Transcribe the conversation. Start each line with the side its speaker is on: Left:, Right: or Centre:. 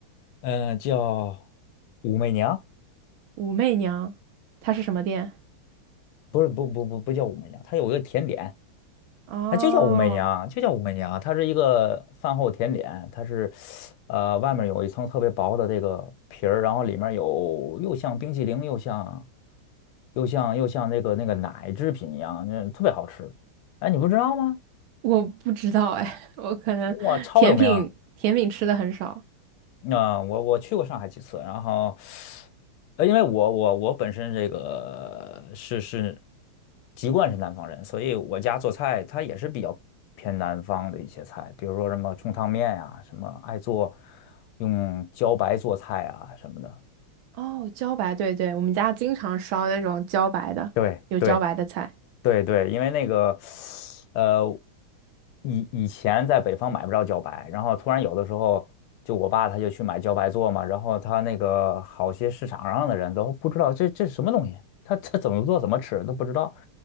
Left: 嗯、叫武媚娘，
Right: 武媚娘，它是什么店？
Left: 不是不不不不叫武媚娘，它有一个甜点。
Right: 哦。
Left: 它就叫武媚娘，就叫武媚娘，它是一个饭后甜点，它是，呃，外面有一层特别薄的这个皮儿，然后里面有又像冰淇淋，又像又像又像那个那个奶制品一样，那特别好吃。哎，你不知道吗？
Right: 我不知道哎，<laughs> 我可能甜品甜品吃的很少。
Left: 哇，超有名！那、我我去过上海几次，然后，呃，因为我我我本身这个是是籍贯是南方人，所以我家做菜它也是比较偏南方的一些菜，比如说什么冲汤面呀、什么爱做用茭白做菜啊什么的。
Right: 哦，茭白，对对，我们家经常烧那种茭白的，
Left: 对对，
Right: 有茭白的菜。
Left: 对对，因为那个，呃，以以前在北方买不着茭白，然后突然有的时候，就我爸他就去买茭白做嘛，然后他那个好些市场上的人都不知道这这是什么东西，他他怎么做怎么吃都不知道，